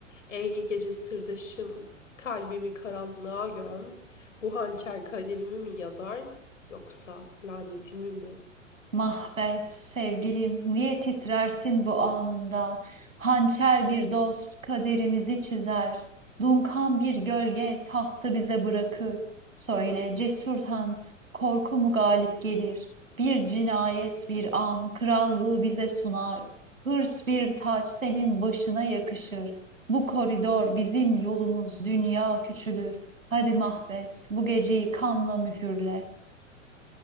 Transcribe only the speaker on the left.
Ey gece sırdaşım, kalbimi karanlığa göm. Bu hançer kaderimi mi yazar, yoksa lanetimi mi?